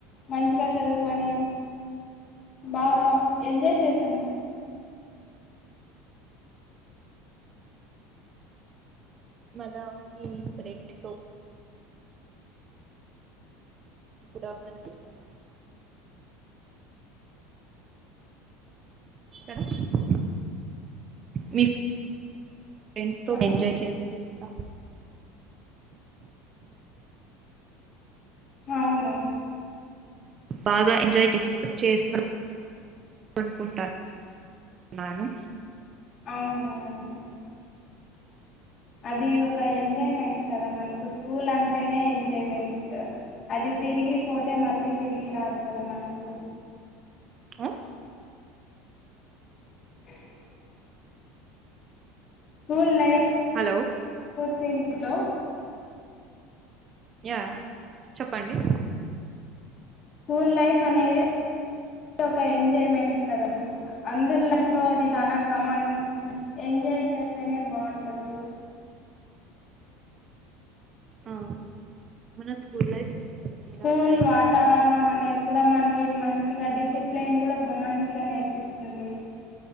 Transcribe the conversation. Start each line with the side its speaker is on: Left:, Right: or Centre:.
Left: మంచిగా చదువుకొని బాగా ఎంజాయ్ చేసాము
Right: మద మీ ఫ్రెండ్స్ తో <inaudible> అప్పు మని చెప్పాను ఎక్కడ మీ ఫ్రెండ్స్ తో
Left: హలో
Right: ఎంజాయ్ చేస్తూ ఉంటా <inaudible>
Left: అవును
Right: బాగా ఎంజాయ్ <inaudible> చేశారు <unintelligible> అనుకుంటానున్నాను
Left: అవును అది ఒక ఎంజాయ్మెంట్ కదా మనకు స్కూల్ అంటేనే ఎంజాయ్మెంట్ అది తిరిగి పోతే మళ్ళీ తిరిగి రాదు కదా మనకు
Right: ఆ
Left: <inaudible> స్కూల్ లైఫ్
Right: హలో
Left: తిరిగి హలో
Right: యా చెప్పండి
Left: స్కూల్ లైఫ్ అనేది <inaudible> ఒక ఎంజాయ్మెంట్ కదండి అందరిలో <inaudible> లో అది చానా కామన్ ఎంజాయ్ చేస్తేనే బాగుంటుంది
Right: ఆ మన స్కూల్ లైఫ్ లో మనం
Left: స్కూల్
Right: ఎలా టైం
Left: వాతావరణం అనేది కూడా మనకి మంచి మంచిగా డిసిప్లైన్ కూడా మంచిగా నేర్పిస్తుంది